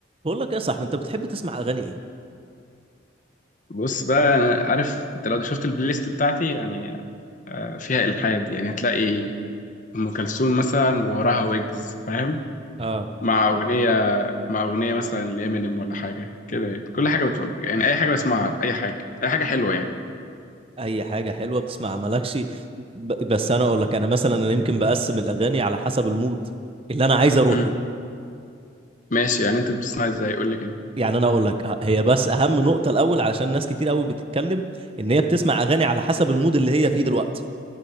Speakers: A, on the right; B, on the left.
A: بقول لك إيه يا صاحبي انت بتحب تسمع اغاني ايه
B: بص بقى انا عارف انت لو شفت البلاي ليست بتاعتي يعني آه، فيها الحاد يعني هتلاقي ام كلثوم مثلا ووراها ويجز فاهم
A: اه
B: مع اغنيه مع اغنيه مثلا لامينيم ولا حاجه كده يعني كل حاجه بتفق يعني اي حاجه بسمعها اي حاجه اي حاجه حلوه يعني
A: اي حاجه حلوه بتسمع مالكش ب... بس انا اقول لك انا مثلا انا يمكن بقسم الاغاني على حسب المود اللي انا عايز اروحه
B: امم ماشي يعني انت بتسمع ازاي قول لي كده
A: يعني انا اقول لك ه- هي بس اهم نقطه الاول علشان ناس كتير قوي بتتكلم ان هي بتسمع اغاني على حسب المود اللي هي فيه دلوقتي